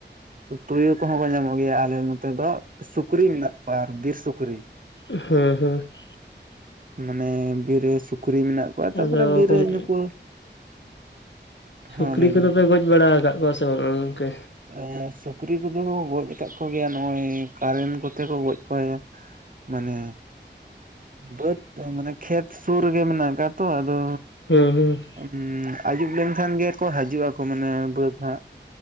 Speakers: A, on the right (about 45°); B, on the left (about 80°).
A: ᱛᱳᱭᱳ ᱠᱚᱦᱚᱸ ᱠᱚ ᱧᱟᱢᱚᱜ ᱜᱮᱭᱟ ᱟᱞᱮ ᱱᱚᱛᱮ ᱫᱚ ᱥᱩᱠᱨᱤ ᱢᱮᱱᱟᱜ ᱠᱚᱣᱟ ᱟᱨ ᱵᱤᱨ ᱥᱩᱠᱨᱤ ᱾
B: ᱦᱮᱸ ᱦᱮᱸ ᱾
A: ᱢᱟᱱᱮ ᱵᱤᱨ ᱨᱮ ᱥᱩᱠᱨᱤ ᱢᱮᱱᱟᱜ? ᱠᱚᱣᱟ ᱛᱟᱯᱚᱨᱮ
B: ᱟᱫᱚ
A: ᱵᱤᱨ
B: ᱜᱚᱢᱠᱮᱜ
A: ᱨᱮ ᱱᱩᱠᱩ
B: <inaudible> ᱥᱩᱠᱞᱤ
A: ᱦᱚᱸ ᱞᱟᱹᱭ
B: ᱠᱚᱫᱚ
A: ᱵᱤᱱ
B: ᱯᱮ ᱜᱚᱡ ᱵᱟᱲᱟ ᱠᱟᱜ ᱠᱚᱣᱟ ᱥᱮ ᱵᱟᱝᱼᱟ ᱚᱝᱠᱮ?
A: ᱮᱸ ᱥᱩᱠᱨᱤ ᱠᱚᱫᱚ ᱠᱚ ᱜᱚᱡ ᱠᱟᱜ ᱠᱚᱜᱮᱭᱟ ᱱᱚᱜᱼᱚᱭ ᱠᱟᱨᱮᱱ ᱠᱚᱛᱮ ᱠᱚ ᱜᱚᱡ ᱠᱚᱭᱟ᱾ ᱢᱟᱱᱮ ᱵᱟᱹᱫᱽ ᱾ ᱛᱟᱹᱭ ᱢᱟᱱᱮ ᱠᱷᱮᱛ ᱥᱩᱨ ᱨᱮᱜᱮ ᱢᱮᱱᱟᱜ ᱠᱟᱜ ᱛᱚ ᱟᱫᱚ
B: ᱦᱩᱸ ᱦᱩᱸ ᱾
A: ᱩᱸ ᱟᱹᱭᱩᱵ ᱞᱮᱱᱠᱷᱟᱱ ᱜᱮᱠᱚ ᱦᱟᱡᱩᱜᱼᱟᱠᱚ, ᱢᱟᱱᱮ ᱵᱟᱹᱫᱽ ᱦᱟᱸᱜ ᱾